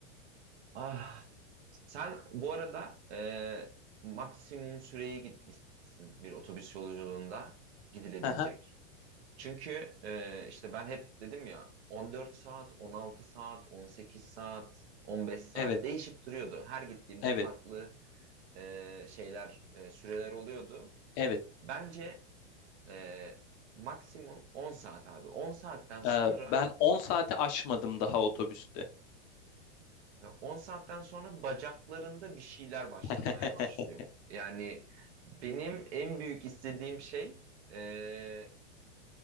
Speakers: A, on the right (about 65°); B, on the left (about 30°).
A: Ah. Sen bu arada e, maksimum süreye gitmişsin bir otobüs yolculuğunda gidilebilecek.
B: Hı
A: Çünkü e, işte ben hep dedim ya 14 saat, 16 saat, 18 saat, 15 saat
B: Evet.
A: değişip duruyordu. Her gittiğimde
B: Evet,
A: farklı e, şeyler, e, süreler oluyordu.
B: evet.
A: Bence e, maksimum 10 saat abi. 10 saatten sonra
B: Ee, ben 10 saate aşmadım daha otobüste.
A: 10 saatten sonra bacaklarında bir şeyler başlamaya
B: <laughs>
A: başlıyor. Yani benim en büyük istediğim şey e,